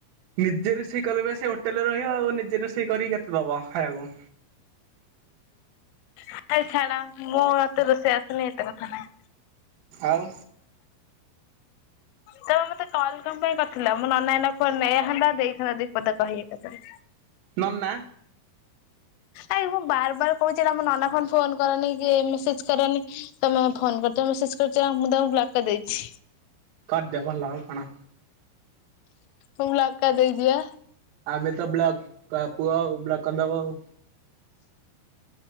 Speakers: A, on the right; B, on the left.
A: ନିଜେ ରୋଷେଇ କଲେ ବା ସେ ହୋଟେଲରେ ରହିବ ଆଉ ନିଜେ ରୋଷେଇ କରିକି କେତେ ଦବ ଖାଇବାକୁ।
B: ଆରେ ଛାଡ ମୁଁ ଏତେ ରୋଷେଇ ଆସନି ଏତେ କଥା ନାଇଁ।
A: ଆଉ।
B: ତମେ ମତେ କଲ୍ କଣ ପାଇଁ କରିଥିଲ ମୋ ନନା ଏଇନା ଫୋନ ନେଇଥାନ୍ତା ଦେଇଥାନ୍ତା ଦିପଦ କହି ଏକା ଥରେ।
A: ନନା
B: ଆାଇ ମୁଁ ବାର ବାର କହୁଚି ଏଇଟା ମୋ ନନା ଫୋନ ଫୋନ କରନି କି ମେସେଜ କରନି ତମେ ଫୋନ କରିଚ ମେସେଜ କରିଚ ମୁଁ ତମଙ୍କୁ ବ୍ଲକ କରିଦେଇଚି।
A: କରିଦିଅ ଭଲ ଆଉ କଣ?
B: ମୁଁ ବ୍ଲକ କରିଦେଇଚି ବା।
A: ଆମେ ତ ବ୍ଲକ ପୁଅ ଆଉ ବ୍ଲକ କରିଦବ ଆଉ।